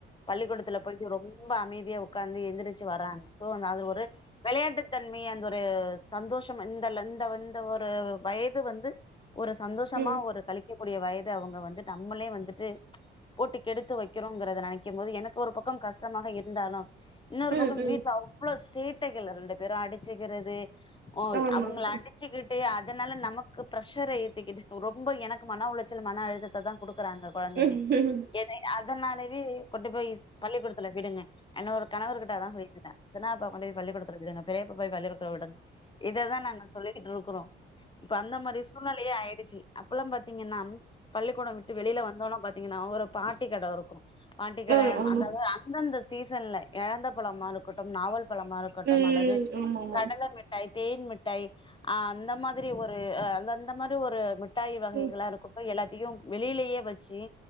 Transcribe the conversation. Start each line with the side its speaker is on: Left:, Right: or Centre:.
Left: பள்ளிக்கூடத்துல போய்ட்டு ரொம் ம்ப அமைதியா உக்காந்து எந்திரிச்சு வராங்க சோ அந்த அதுல ஒரு வெளயாட்டு தன்மைய அந் ஒ ரு சந்தோஷம் இந்த ல இந்த இந்த ஒரு வயது வந்து ஒரு சந்தோஷமா
Right: ம் ம்
Left: ஒரு கழிக்கு கூடிய வயது அவுங்க வந்து நம்மளே வந்துட்டு ச்ச் போட்டு கெடுத்து வைக்கிறோங்கிறத நென க்கும் போது எனக்கு ஒரு பக்கோ கஷ்டமாக இருந்தாலு இன்னொரு பக்கோ
Right: ம் ம்
Left: வீட்ல அவ்ளோ சேட்டைகள் ரெண்டு பேரு அடிச்சு க்கிறது அ
Right: ஆமா
Left: அவுங்கள
Right: ஆமா
Left: அடிச்சுக்கிட்டு அ அதனால நமக்கு ப்ரெஷர ஏத்திக்கிட்டு ஒ ரொம்போ எனக்கு மன உளச்சல் மன அழுதத்த தா குடுக்குறாங்க கொழந்தைங்க
Right: ம் ம் ம் ம் ம் ம் ம் ம் ம் ம் ம்
Left: எத அதனாலவே கொண்டு போய் ஸ் பள்ளிக்கூடத்துல விடுங்க என்னோர் கணவருகிட்ட தா சொல்ட்ருக்கே சின்னா பாப் கொண்டோய் பள்ளிகூடத்துல விடுங்க பெரிய பாப்பா <unintelligible> த்த உடன் இததா நாங்க சொல்லிட்கிட்ருக் அப்பறோ இப்ப அந்த மாரி சூழ்நிலயே ஆயிருச்சு அப்பல்லா பாத்தீங்கன்னாம் பள்ளிக்கொடம் விட்டு வெளில வந்தோன பாத் த்தீங்கன்னா ஒரு பாட்டி கட இருக்கு பாட்டி கட
Right: ஆ ஆமா
Left: அந்தாது அந்தந்த ஸ் சீசன்ல எழந்த பழமா இருக்கட்டு நாவல் பழமா இருக்கட்டு
Right: ம்
Left: அல்லது
Right: ஆமாமா
Left: கடல மிட்டாய் தேன் மிட்டாய் அ அந்த மாரி ஒரு அந்த அந்த மாரி ஒரு மிட்டாயி வகைகளா
Right: ம்
Left: இருக்கட்டு எல்லாத்தையு வெளிலேயே வச்சு